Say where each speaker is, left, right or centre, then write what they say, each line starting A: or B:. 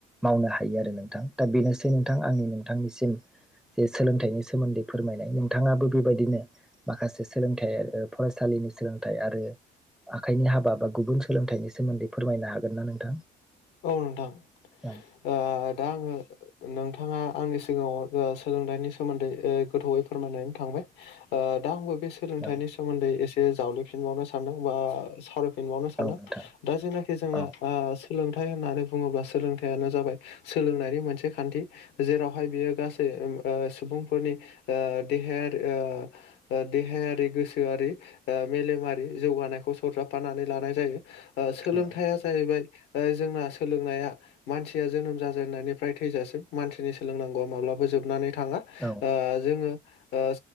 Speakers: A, in the centre; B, on the left.
A: मावनो हायो आरो नोंथां। दा बेनोसै नोंथां आंनि नोंथांनिसिम। जे सोलोंथाइनि सोमोन्दै फोरमायनाय नोंथाङाबो बेबायदिनो माखासे सोलोंथाइ फरायसालिनि सोलोंथाइ आरो आखाइनि हाबा बा गुबुन सोलोंथाइनि सोमोन्दै फोरमायनो हागोन ना नोंथां।
B: औ नोंथां।
A: <unintelligible>
B: ओ दा आङो नोंथाङा आंनि सिगाङाव सोलोंथाइनि सोमोन्दै ओ गोथौयै फोरमायनानै थांबाय। ओ दा आंबो बे सोलोंथाइनि
A: औ
B: सोमोन्दै एसे जावलिफिनबावनो सानदों बा सावरायफिनबावनो सानदों।
A: औ नोंथां
B: दा जेनाखि जोंना
A: औ
B: ओ सोलोंथाइ होननानै बुङोब्ला सोलोंथाइयानो जाबाय सोलोंनायनि मोनसे खान्थि। जेरावहाय बियो गासै ओ सुबुंफोरनि ओ देहायारि ओ ओ देहायारि गोसोआरि ओ मेलेमारि जौगानायखौ सरजाबफानानै लानाय जायो ओ
A: औ
B: सोलोंथाइआ जाहैबाय ओ जोंना सोलोंनाया मानसिया जोनोम जाजेननायनिफ्राय थैजासिम मानसिनि सोलोंनांगौआ माब्लाबा जोबनानै थाङा
A: औ
B: ओ जोङो ओ